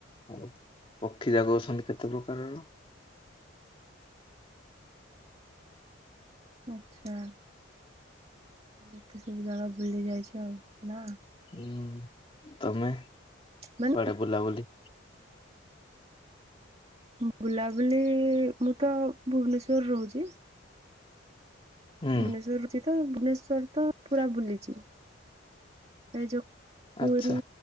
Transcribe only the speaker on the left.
ଆଉ ପକ୍ଷୀଯାକ ଅଛନ୍ତି କେତେ ପ୍ରକାରର।
ହୁଁ ତମେ
କୁଆଡେ ବୁଲାବୁଲି
ହୁଁ
ଆଚ୍ଛା।